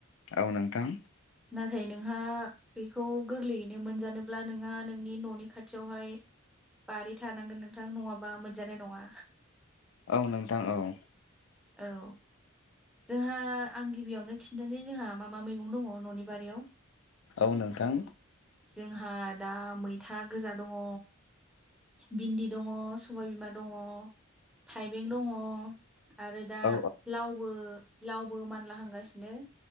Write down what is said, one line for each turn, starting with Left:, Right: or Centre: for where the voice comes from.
Left: औ नोंथां
Centre: नाथाय नोंहा बेखौ गोरलैयैनो मोनजानोब्ला नोंहा नोंनि न'नि खाथियावहाय बारि थानांगोन नोंथां नङाबा मोनजानाय नङा
Left: औ नोंथां औ
Centre: औ जोंहा आं गिबियावनो खिन्थानाय जोंहा मा मा मैगं दङ न'नि बारियाव
Left: औ नोंथां
Centre: जोंहा दा मैथा गोजा दङ भिन्दि दङ सबायबिमा दङ थाइबें दङ आरो दा
Left: औ
Centre: लावबो लावबो मानला हांगासिनो